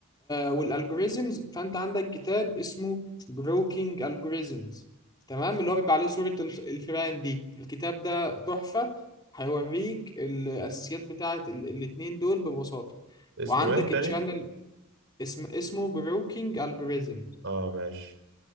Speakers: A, on the left (about 20°); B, on the right (about 60°).
A: والالجوريزمز فأنت عندك كتاب اسمه جروكينج الجوريزمز تمام اللي هو بيبقى عليه صورة الف- الفئران دي الكتاب ده تحفة هيوريك الأساسيات بتاعة ال- الاتنين دول ببساطة
B: اسمه
A: وعندك
B: ايه تاني
A: تشانل اسم اسمه جروكينج الجوريزم
B: اه ماشي